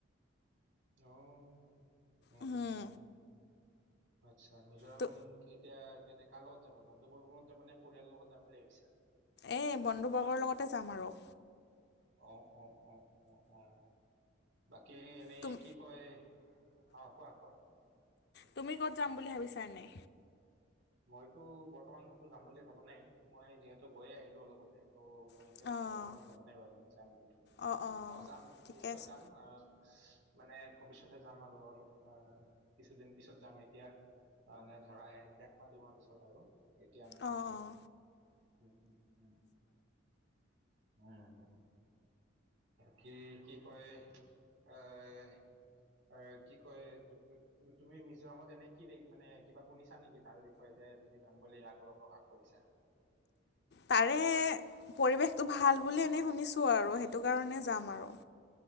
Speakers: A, on the right (about 80°); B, on the left (about 55°).
A: অহ অ',
B: উম,
A: অ' অ'। আচ্ছা মিজোৰাম
B: তো
A: এতিয়া কেনে কাৰ লগত যাবা বন্ধুবৰ্গৰ লগত যাবা নে পৰিয়ালৰ লগত যাম বুলি ভাবিছা?
B: এই বন্ধুবৰ্গৰ লগতে যাম আৰু।
A: অ', অ', অ', অ', অ', বাকী এই
B: তুম
A: কি কয় অ' কোৱা কোৱা।
B: তুমি ক'ত যাম বুলি ভাবিছা এনে?
A: মইতো বৰ্তমান ক'তো যাম বুলি ভাবা নাই, মই যিহেতু গৈয়ে আহিলো অলপতে। ত' মই
B: অঁ
A: এতিয়ালৈকে বৰ্তমান ভবা নাই বাৰু যাম বুলি।
B: অঁ অঁ
A: অ' যাম
B: ঠিকে
A: নিশ্চয়
B: আছে
A: যাম আ মানে ভৱিষ্যতে যাম আৰু অলপ আহ কিছুদিন পিছত যাম এতিয়া মানে ধৰা একমাহ দুমাহ পিছত আৰু। এতিয়া নহয়,
B: অঁ অঁ
A: উম, উম, উম, উম। উম <unintelligible> বাকি কি কয় আহ অ', কি কয় তুমি মিজোৰামত এনে কি মানে কিবা শুনিছা নেকি তাৰ বিষ হয়, যে তুমি যাম বুলি আগ্ৰহ প্ৰকাশ কৰিছা?
B: তাৰে পৰিৱেশটো ভাল বুলি এনেই শুনিছোঁ আৰু সেইটো কাৰণে যাম আৰু।